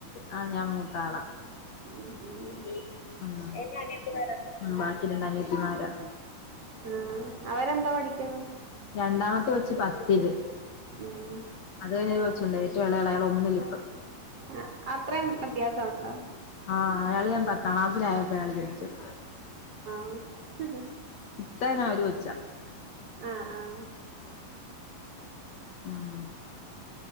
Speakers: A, on the left; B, on the right.
A: ആ ഞാൻ മൂത്താളാ
B: ഉം ഉം
A: ഉ ഇ ഇനി അനിയത്തിമാരുണ്ടോ ബാക്കി രണ്ട അനിയത്തിമാരാ
B: ആ അവരെന്താ പഠിക്കുന്നു
A: രണ്ടാമത്തെ കൊച്ച് പത്തില്ല്
B: ഉം
A: അത് കഴിഞ്ഞരു കൊച്ചുണ്ട് ഏറ്റവും ഇളയആൾ ഒന്നിലിപ്പം
B: ആ അത്രയം വ്യത്യാസംഉണ്ടോ
A: ആഹ അയാള് ഞാൻ പത്താം ക്ലാസ്സിസിലായപ്പോഴാണ് അയാള് ജനിച്ചത്
B: ആഹ
A: ഇത്താ എങ്ങാനും ഒരു കൊച്ചാ
B: ആഹ
A: ഉം